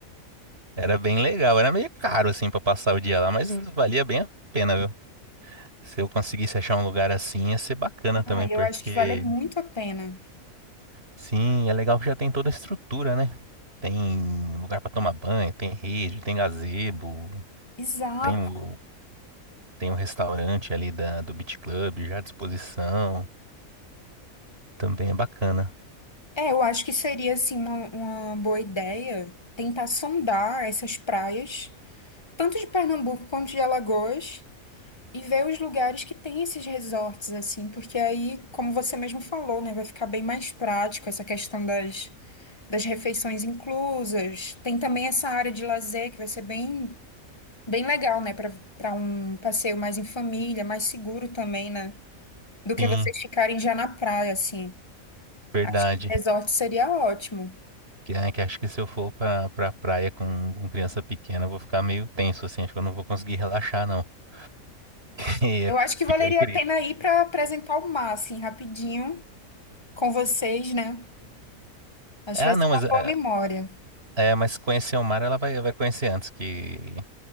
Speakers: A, on the right (about 45°); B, on the left (about 20°).
A: Era bem legal, era meio caro assim pra passar o dia lá, mas valia bem a pena, viu? Se eu conseguisse achar um lugar assim, ia ser bacana
B: Ah,
A: também,
B: eu
A: porque
B: acho que vale muito a pena.
A: sim, é legal que já tem toda a estrutura, né? Tem lugar pra tomar banho, tem rede, tem gazebo,
B: Exato.
A: tem o, tem o restaurante ali da, do Beach Club já à disposição. Também é bacana.
B: É, eu acho que seria assim uma, uma boa ideia tentar sondar essas praias, tanto de Pernambuco quanto de Alagoas, e ver os lugares que tem esses resorts assim, porque aí, como você mesmo falou, né, vai ficar bem mais prático essa questão das, das refeições inclusas. Tem também essa área de lazer que vai ser bem bem legal, né, para para um passeio mais em família, mais seguro também, né, do que
A: Sim,
B: vocês ficarem já na praia assim.
A: verdade.
B: Acho que o resort seria ótimo.
A: Que, é, que acho que se eu for pra, pra praia com, com criança pequena, eu vou ficar meio tenso, assim. Acho que eu não vou conseguir relaxar, não. <laughs> Que
B: Eu
A: é,
B: acho que
A: pequ-
B: valeria
A: é querer.
B: a pena ir para apresentar o mar, assim, rapidinho, com vocês, né? Acho
A: Ah,
B: que vai
A: não,
B: ser
A: mas,
B: uma
A: é,
B: boa memória.
A: é, mas conhecer o mar ela vai, vai conhecer antes que.